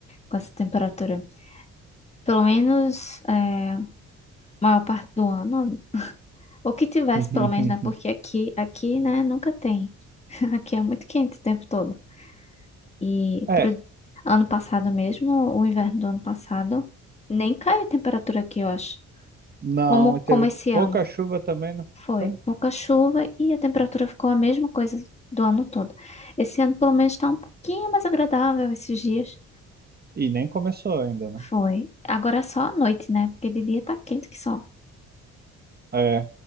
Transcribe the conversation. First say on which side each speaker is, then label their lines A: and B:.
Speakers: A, on the left; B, on the right.
A: com essa temperatura. Pelo menos, é, maior parte do ano. Ou que tivesse,
B: <laughs>
A: pelo menos, né? Porque aqui, aqui, né, nunca tem. <laughs> Aqui é muito quente o tempo todo. E
B: É,
A: pro ano passado mesmo, o inverno do ano passado, nem cai a temperatura aqui, eu acho.
B: não,
A: Como,
B: e teve
A: como esse
B: pouca
A: ano.
B: chuva também, não
A: Foi
B: foi?
A: pouca chuva e a temperatura ficou a mesma coisa do ano todo. Esse ano, pelo menos, está um pouquinho mais agradável esses dias.
B: E nem começou ainda, né?
A: Foi. Agora é só à noite, né? Porque de dia tá quente que só.
B: É,